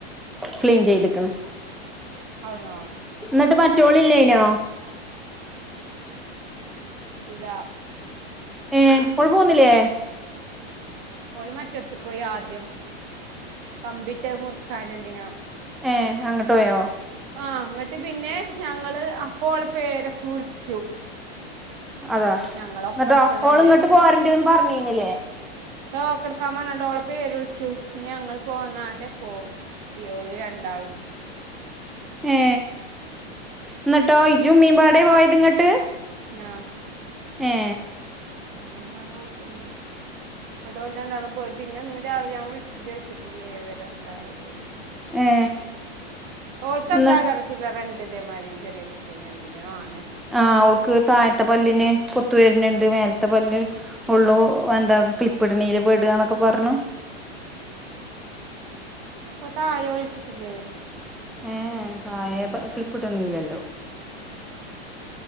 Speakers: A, in the centre; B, on the right.
A: ക്ലീൻ ചെയ്തക്കണ്
B: ഔടുന്നോ...
A: എന്നിട്ട് മറ്റോളില്യേ ന്നോ
B: ഇല്ല
A: ഏ കൊഴപ്പൊന്നുല്ലേ
B: ഓള് മറ്റടുത്തക്ക് പോയി ആദ്യം. കമ്പിട്ട് മുറു ക്കാന് എന്തിനോ.
A: ഏ... അങ്ങൊട്ട് പോയോ
B: ആ അങ്ങട്ട് പിന്നെ ഞങ്ങള് അപ്പം ഓള പേരൊക്കെ വിളിച്ചു
A: അതാ
B: ഞങ്ങളൊപ്പട്ത്തതല്ലേ
A: എന്നട്ടോ ഓൾ ഇങ്ങോട്ട് പോരണ്ടന്ന് പറഞ്ഞിരുന്നില്ലേ
B: ടോക്കടുക്കാൻ പറഞ്ഞിട്ട് ഓളെ പേര് വിളിച്ചു. പിന്നെ ഞങ്ങൾ പോന്നാരെ... പ്പൊ ഓര് രണ്ടാളും
A: ഏ എന്നിട്ടോ ഇജും മ്മിമ്പാടെ പോയത് ഇങ്ങട്ട്
B: ആ...
A: യേ..
B: ഞാൻ മ്മാനെ കൂട്ടീന്ന് ഇന്നിട്ട് ഓല് രണ്ടാളും പോയി പിന്നെ ഇന്ന്... രാവിലെ ഞാൻ വിളിച്ചു ചോയിച്ചിട്ടല്ലേ വിവരന്തായത് <inaudible>
A: ഏ
B: ഓൾക്ക്
A: എന്നി
B: എന്താ അല്ലറ ചില്ലറണ്ട് ഇന്റെ മാരി ചെറിയ <unintelligible> എന്തിനോ ആണ്
A: ആ ഓൾക്ക് താഴത്തെ പല്ലിന് കുത്ത്... പ്പോ വര്ന്ന്ണ്ട് മേലത്തെ പല്ല്. ഉള്ളൂ എന്താ ക്ലിപ്പിടിണീൽ പെടാന്നൊക്കെ പറഞ്ഞു <inaudible>
B: പ്പൊ തായൊ ഇട്ടിട്ടില്ലേ
A: ഏ.. യേ... തായെ ഭാഗം ക്ലിപ്പിടുന്നില്ലല്ലോ